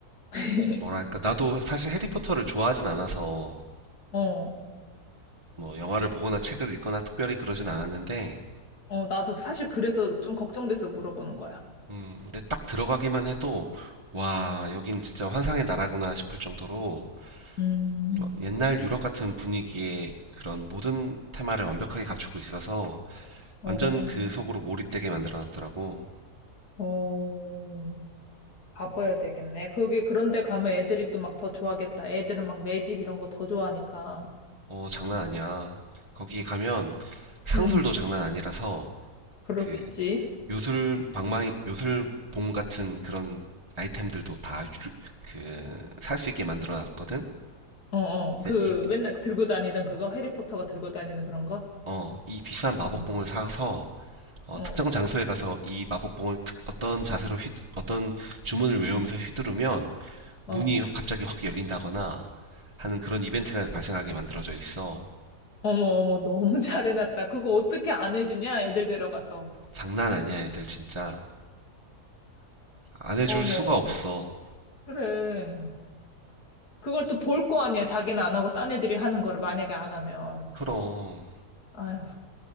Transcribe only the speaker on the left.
<laughs>
어,
어, 나도 사실 그래서 좀 걱정돼서 물어보는 거야.
음,
어,
어, 가봐야 되겠네. 거기 그런데 가면 애들이 또 막 더 좋아하겠다. 애들은 막 매직 이런 거 더 좋아하니까.
음,
그렇겠지.
어, 어,
그
맨날 들고 다니던 그거? 해리포터가 들고 다니는 그런 거?
음,
어.
어.
어머, 어머, 너무 <laughs> 잘해놨다. 그거 어떻게 안 해주냐? 애들 데려가서.
어머,
그래. 그걸 또 볼 거 아니야. 자기는 안 하고 딴 애들이 하는 거를 만약에 안 하면.
아휴,